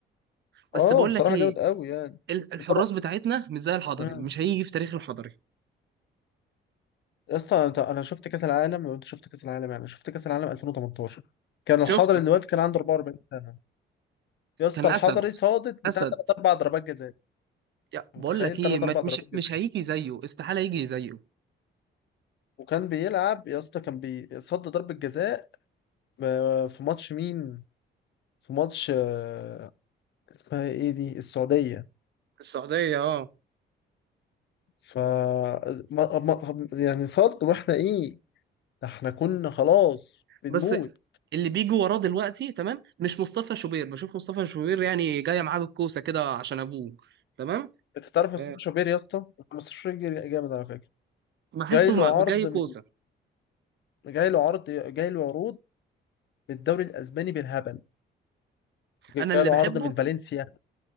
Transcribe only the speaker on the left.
اه
بصراحه
جامد قوي يعني
وطبعا
مم.
يا اسطى انت انا شفت كاس العالم وانت شفت كاس العالم يعني شفت كاس العالم 2018 كان الحضري
اللي واقف كان عنده 44 سنه يا اسطى
الحضري صادت
بتاع ثلاث اربع ضربات جزاء أنت
متخيل
ثلاث
اربع ضربات
جزاء
وكان بيلعب يا اسطى كان بيصد ضربه جزاء آه، في ماتش مين في ماتش آه، اسمها ايه دي السعوديه
ف ما... ما... يعني صد واحنا ايه ده احنا كنا خلاص بنموت
انت تعرف اسلام
شوبير يا اسطى؟ مصطفى شوبير جامد على فكره
جاي له
عرض
من جاي له عرض جاي له عروض من الدوري الاسباني بالهبل جاي
له
عرض من فالنسيا